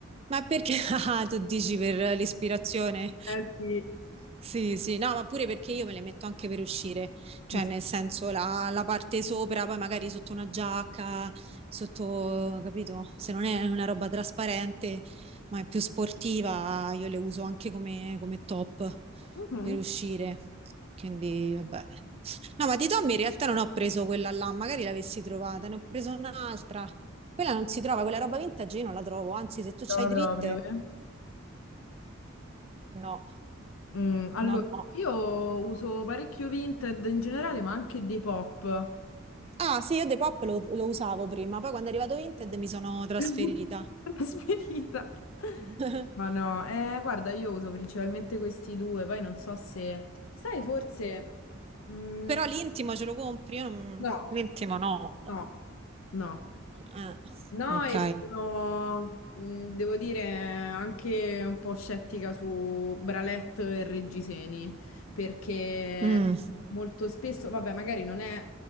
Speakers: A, on the right; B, on the left.
A: Ma perché, <laughs> ah, tu dici per l'ispirazione?
B: Eh sì.
A: Sì, sì, no, ma pure perché io me le metto anche per uscire, cioè
B: Sì, sì.
A: nel senso la, la parte sopra, poi magari sotto una giacca, sotto, capito? Se non è una roba trasparente, ma è più sportiva, io le uso anche come, come top
B: Mhm.
A: per uscire. Quindi, vabbè. No, ma di Tommy in realtà non ho preso quella là, magari l'avessi trovata, ne ho preso un'altra. Quella non si trova, quella roba vintage io non la trovo, anzi se tu c'hai
B: Trova
A: dritte,
B: proprio, eh.
A: no,
B: Mm, allora,
A: no, no.
B: io uso parecchio Vinted in generale, ma anche Depop.
A: Ah, sì, io Depop lo, lo usavo prima, poi quando è arrivato Vinted mi sono trasferita.
B: <laughs> Trasferita.
A: <laughs>
B: Ma no, eh, guarda, io uso principalmente questi due, poi non so se... Sai, forse... mm,
A: Però l'intimo ce lo compri? Io non...
B: no,
A: L'intimo no.
B: no, no.
A: eh,
B: No,
A: ok.
B: e sono, mh, devo dire, anche un po' scettica su Bralet e Reggiseni, perché
A: Mm,
B: molto spesso, vabbè, magari non è,